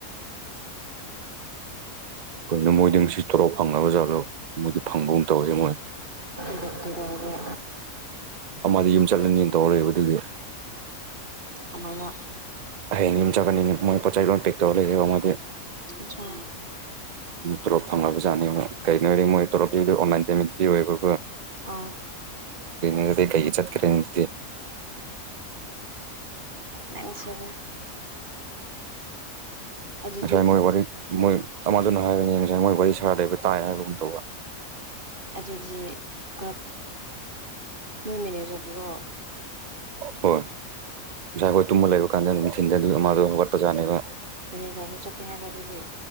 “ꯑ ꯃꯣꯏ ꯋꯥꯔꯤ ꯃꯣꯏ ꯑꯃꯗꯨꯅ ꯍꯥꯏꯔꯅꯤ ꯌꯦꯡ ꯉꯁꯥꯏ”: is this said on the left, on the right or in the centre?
Right